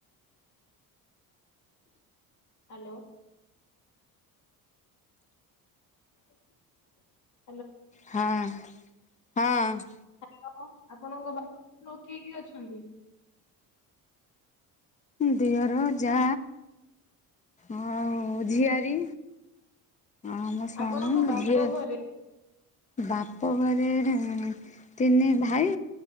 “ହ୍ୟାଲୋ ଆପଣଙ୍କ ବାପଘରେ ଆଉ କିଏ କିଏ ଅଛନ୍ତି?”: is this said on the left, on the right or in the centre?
Left